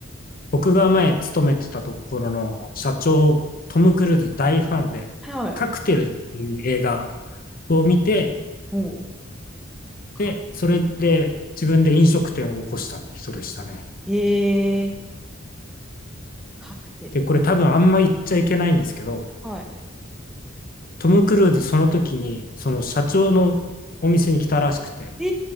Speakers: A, on the left; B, in the centre.
A: 僕が前勤めてたところの社長、トム・クルーズ大ファンで、
B: い。はい。
A: カクテルっていう映画を見て、
B: もう、か、
A: で、それで自分で飲食店を起こしたって人でしたね。
B: えー、カクテル。
A: で、これ多分あんま言っちゃいけないんですけど、
B: はい。
A: トム・クルーズその時に、その社長のお店に来たらしくて、
B: え